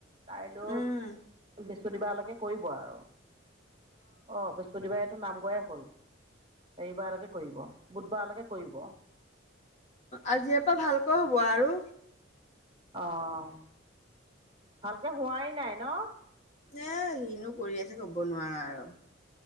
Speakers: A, on the right (about 25°); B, on the left (about 35°).
A: কাইলৈ।
B: উম
A: বৃ বৃহস্পতিবাৰলৈকে কৰিব আৰু অ' বৃহস্পতিবাৰে। নামঘৰে হ'ল, হেৰী বাৰলৈকে কৰিব বুধবাৰৰ লৈকে কৰিব।
B: আজিৰে পৰা ভালকৈ হ'ব আৰু।
A: অ' ভালকে হোৱাই নাই ন।
B: এ, হীনো কৰি আছে ক'ব নোৱাৰা আৰু।